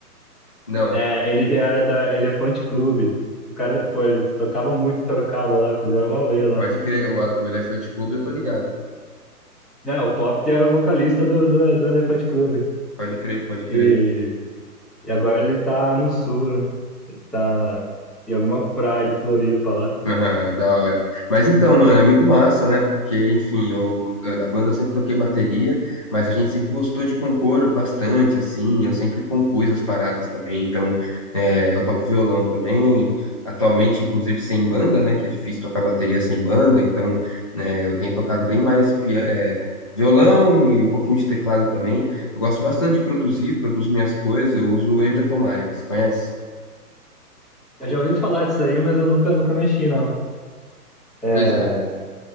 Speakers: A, on the left; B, in the centre.
A: Não,
B: É, ele era da Elefante Clube. O cara, pô, eles tocavam muito em Sorocaba lá, fizeram uma auê lá.
A: pode crer. O, o Elefante Clube eu tô ligado.
B: Né, o Pop era o vocalista do, do, do Elefante Clube.
A: Pode crer, pode crer.
B: E, e agora ele tá no sul, né? Ele tá em alguma praia de Floripa lá.
A: Ah, da hora. Mas então, mano, é muito massa, né? Porque, enfim, eu, eh, na banda eu sempre toquei bateria, mas a gente sempre gostou de compor bastante, assim. Eu sempre compus as paradas também. Então, eh, eu toco violão também. Atualmente, inclusive, sem banda, né? Que é difícil tocar bateria sem banda. Então, né, eu tenho tocado bem mais, pia- eh, violão e um pouquinho de teclado também. Eu gosto bastante de produzir, produzo minhas coisas. Eu uso o Ableton Live, você conhece?
B: Eu já ouvi falar disso aí, mas eu nunca, nunca mexi, não. É,
A: Pois é.